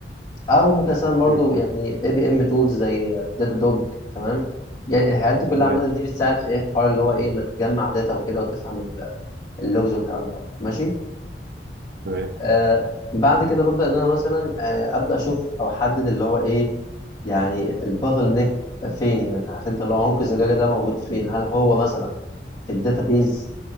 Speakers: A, on the left; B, on the right.
A: أو ممكن أستخدم برضو
B: مم.
A: يعني اي بي ام تولز زي داتا دوج تمام يعني الحاجات دي كلها
B: تمام
A: عامة دي بتساعد في إيه الحوار اللي هو إيه إنك تجمع داتا وكده وتفهم ال- اللوجز والكلام ده ماشي
B: تمام
A: آه بعد كده ببدأ إن أنا مثلا آه أبدأ أشوف أو أحدد اللي هو إيه يعني الباتل نيك فين يعني عارف أنت اللي هو عنق الزجاجة ده موجود فين هل هو مثلا في الداتابيز